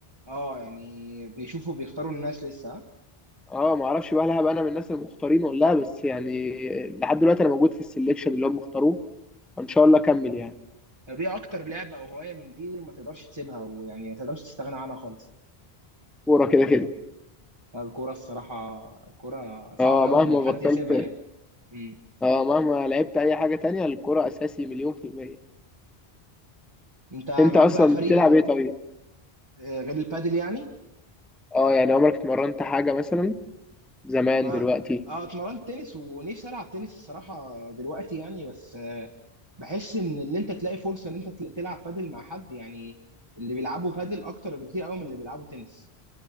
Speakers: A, on the right (about 25°); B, in the centre.
A: اه يعني بيشوفوا بيختاروا الناس لسه ها
B: اه ما اعرفش بقى هل هبقى انا من الناس المختارين ولا لا بس يعني لحد دلوقتي انا موجود في السليكشن اللي هم اختاروه ان شاء الله اكمل يعني
A: طب ايه اكتر لعبه او هوايه من دي ما تقدرش تسيبها ويعني ما تقدرش تستغنى عنها خالص
B: كوره كده كده
A: لا، الكوره الصراحه الكوره صعب
B: اه
A: قوي
B: مهما
A: ان حد
B: بطلت
A: يسيبها يعني امم
B: اه مهما لعبت اي حاجة تانية الكرة اساسي مليون في المية
A: انت
B: انت
A: معاك
B: اصلا
A: بقى فريق
B: بتلعب
A: ما
B: ايه طيب
A: آه، غير البادل يعني
B: اه يعني عمرك اتمرنت حاجة مثلا زمان
A: ما
B: دلوقتي
A: اه اتمرنت تنس ونفسي العب تنس الصراحه دلوقتي يعني بس آه، بحس ان ان انت تلاقي فرصه ان انت تل- تلعب بادل مع حد يعني اللي بيلعبوا بادل اكتر بكتير قوي من اللي بيلعبوا تنس